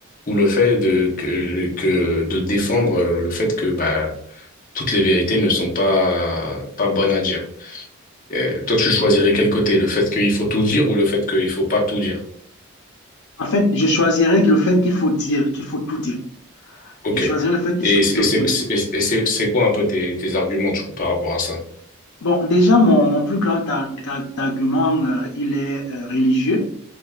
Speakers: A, on the left; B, on the left.
A: ou le fait de, que, que, de défendre euh, le fait que bah, toutes les vérités ne sont pas, pas bonnes à dire, Euh, toi, tu choisirais quel côté? Le fait qu'il faut tout dire ou le fait qu'il faut pas tout dire?
B: en fait, je choisirais le fait qu'il faut dire, qu'il faut tout dire.
A: Ok.
B: Je choisirais le fait qu'il
A: Et
B: faut
A: c'est c'est-
B: tout dire.
A: c'est- et c'est- c'est quoi un peu tes, tes arguments du coup par rapport à ça?
B: Bon, déjà, mon, mon plus grand argument, euh, il est euh, religieux.